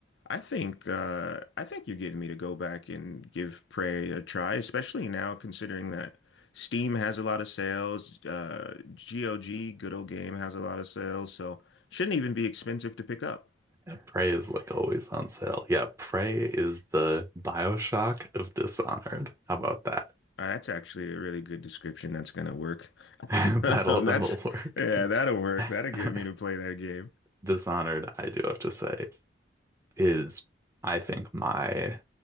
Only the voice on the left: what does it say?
I think uh, I think you're getting me to go back and give Prey a try, especially now considering that Steam has a lot of sales. Uh, GOG, Good Old Game, has a lot of sales, so shouldn't even be expensive to pick up.
Uh, that's actually a really good description. That's gonna work.
<laughs>
Um,
that's
yeah, that'll work.
That'll get me to play that game.